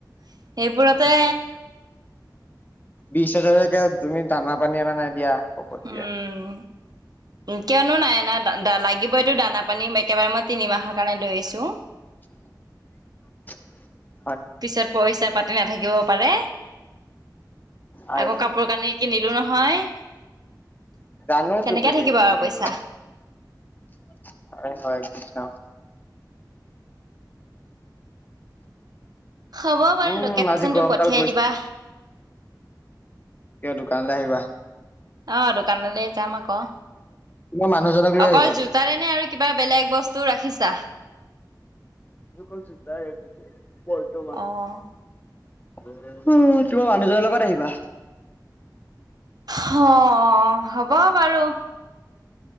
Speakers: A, on the right (about 60°); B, on the left (about 25°).
A: সেইবোৰতে
B: বিছ হাজাৰকে তুমি দানা পানী অনা নাই দিয়া, ফকতিয়া।
A: উম কিয়নো নাই অনা, লাগিবইটো দানা-পানী। একেবাৰে মই তিনি মাহৰ কাৰণে লৈ আহিছো।
B: <inaudible>
A: পিছত পইচা পাতি নাথাকিব পাৰে।
B: আই
A: আকৌ কাপোৰ-কানি কিনিলো নহয়।
B: জানোটো
A: কেনেকে
B: তুমি
A: থাকিব
B: কি কি
A: আৰু
B: কিনিবা
A: পইচা
B: <unintelligible> হয়, হয়, কৃষ্ণ।
A: হ'ব বাৰু,
B: উম
A: লোকেচনটো
B: আজি গৰমডাল
A: পঠিয়াই
B: গৈছে
A: দিবা।
B: কিয় দোকানলৈ আহিবা।
A: অ' দোকানলৈ যাম আকৌ।
B: তোমাৰ মানুহজনক লৈ
A: অকল
B: আহিবা
A: জোতাৰে নে আৰু কিবা বেলেগ বস্তু ৰাখিছা।
B: অকল জোতায়ে বৰ্তমান।
A: অ'।
B: উ, তোমাৰ মানুহজনৰ লগত আহিবা।
A: হ হ'ব বাৰু।